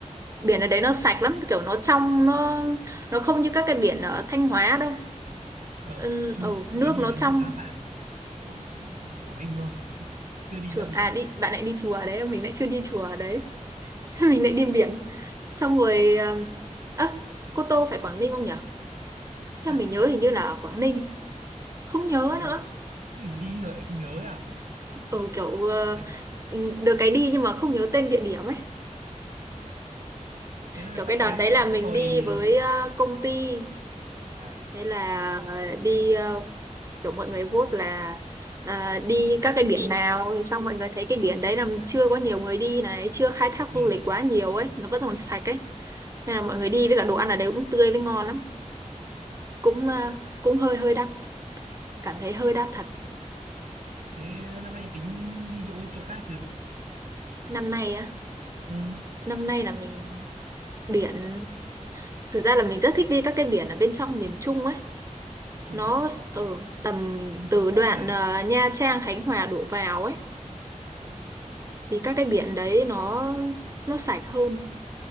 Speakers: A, on the right; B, on the right.
A: biển ở đấy nó sạch lắm kiểu nó trong nó nó không như các cái biển ở Thanh Hóa đâu
B: ờ
A: ừ,
B: chưa
A: ừ,
B: mới
A: nước
B: đi
A: nó
B: đến
A: trong
B: chỗ Ba Vàng của Quảng Ninh thôi chưa đi
A: chùa
B: ra biển
A: à đi bạn lại đi chùa đấy mình lại chưa đi chùa ở đấy <laughs> mình lại đi biển xong rồi um, ơ Cô Tô phải Quảng Ninh không nhỉ theo
B: phải
A: mình nhớ hình như là ở Quảng Ninh không nhớ
B: thế á?
A: nữa
B: ừ, đi rồi lại không nhớ à
A: ừ kiểu ờ,
B: Dạ.
A: ừ, được cái đi nhưng mà không nhớ tên địa điểm ấy
B: Dạ. thế là
A: kiểu
B: sắp
A: cái đợt
B: tới
A: đấy
B: thì
A: là mình
B: đi rồi
A: đi
B: thì
A: với ờ, công ty
B: à
A: thế là ờ, đi ờ, kiểu mọi người vote là à, đi các cái biển nào thì xong mọi người thấy cái biển đấy là chưa có nhiều người đi này chưa khai thác du
B: ừ,
A: lịch quá nhiều ấy nó vẫn còn sạch ấy
B: phải
A: nên là mọi người đi với cả đồ ăn ở đấy cũng tươi với ngon lắm
B: à
A: cũng à,
B: đồ hải sản
A: cũng hơi hơi đắt cảm thấy hơi đắt thật
B: thế năm nay tính đi chỗ chỗ khác chứ
A: năm nay á
B: ừ.
A: năm nay là mình biển thực ra là mình rất thích đi các cái biển ở bên trong miền Trung ấy
B: miền Trung
A: nó
B: vào
A: ở
B: Phú,
A: tầm
B: Phú- đi
A: từ
B: Phú
A: đoạn
B: Quốc này
A: à, Nha Trang Khánh Hòa đổ vào ấy
B: ờ
A: thì các cái biển đấy nó nó sạch hơn